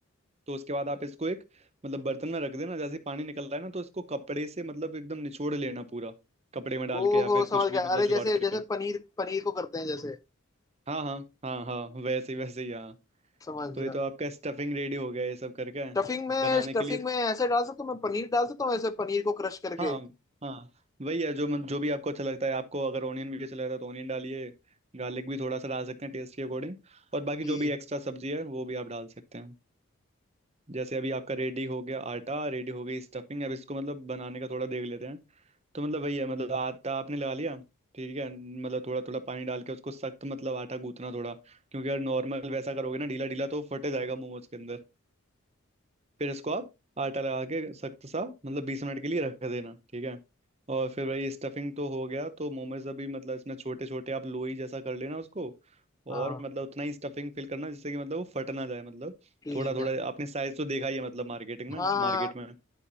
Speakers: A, on the right (about 30°); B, on the left (about 15°).
A: तो उसके बाद आप इसको एक मतलब बर्तन में रख देना जैसे ही पानी निकल रहा है ना तो इसको कपड़े से मतलब एकदम निचोड़ लेना पूरा कपड़े में डाल
B: ओहो
A: के या फिर कुछ
B: समझ गया
A: भी मतलब
B: अरे
A: जुगाड़
B: जैसे
A: करके
B: जैसे पनीर पनीर को करते हैं जैसे
A: हाँ हाँ हाँ हाँ वैसे ही वैसे ही हाँ
B: समझ
A: तो
B: गया
A: ये तो आपका स्टफिंग रेडी हो गया ये सब करके
B: स्टफिंग में
A: बनाने
B: स्टफिंग
A: के लिए
B: में ऐसे डाल सकता हूँ मैं पनीर डाल सकता हूँ ऐसे पनीर को क्रश करके
A: हाँ हाँ हाँ वही है जो मन- जो भी आपको अच्छा लगता है आपको अगर ऑनियन भी अच्छा लगता है तो ऑनियन डालिए गार्लिक भी थोड़ा सा डाल सकते हैं टेस्ट के अकॉर्डिंग और बाकी
B: ठीक
A: जो भी एक्स्ट्रा सब्जी है वो भी आप डाल सकते हैं जैसे अभी आपका रेडी हो गया आटा रेडी हो गई स्टफिंग अब इसको मतलब बनाने का थोड़ा देख लेते हैं तो मतलब वही है मतलब आटा आपने लगा लिया ठीक है मतलब थोड़ा थोड़ा पानी डाल के उसको सख्त मतलब आटा गूंथना थोड़ा क्योंकि अगर नॉर्मल वैसा करोगे ना ढीला ढीला तो फटे जाएगा मोमोज के अंदर फिर इसको आप आटा लगा के सख्त सा मतलब बीस मिनट के लिए रख देना ठीक है और फिर वही स्टफिंग तो हो गया तो मोमोज अभी मतलब इसमें छोटे छोटे आप लोई जैसा कर लेना उसको
B: हाँ
A: और मतलब उतना ही स्टफिंग फिल करना जिससे कि मतलब वो फट ना जाए मतलब
B: ठीक
A: थोड़ा थोड़ा
B: है
A: आपने साइज तो देखा ही है मतलब मार्केटिंग में
B: हाँ
A: मार्केट में